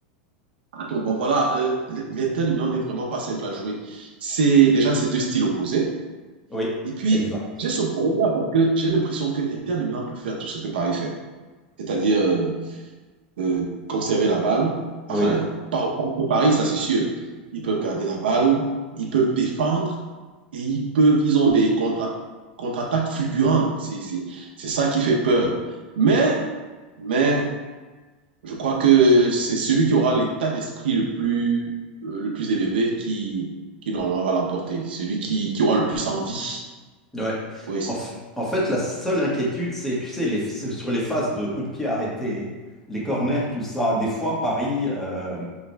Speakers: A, on the right (about 85°); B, in the centre.
A: Ah, donc, bon, voilà, euh, l'Inter du Milan n'est vraiment pas simple à jouer. C'est déjà ces deux styles opposés.
B: Oui,
A: Et puis,
B: exact.
A: j'ai ce problème-là parce que j'ai l'impression que Inter de Milan peut faire tout ce que Paris fait. C'est-à-dire euh, euh, conserver la balle. Enfin,
B: Oui.
A: pas au, au Paris, ça c'est sûr. Ils peuvent garder la balle, ils peuvent défendre et ils peuvent, ils ont des contre-attaques contre fulgurantes. C'est ça qui fait peur. Mais, mais je crois que c'est celui qui aura l'état d'esprit le plus, euh, le plus élevé qui, qui normalement va l'emporter. Celui qui, qui aura le plus envie.
B: Ouais.
A: Oui, c'est.
B: En, f- en fait, la seule inquiétude, c'est, tu sais, les, sur les phases de coups de pied arrêtés, les corners, tout ça. Des fois, Paris, euh,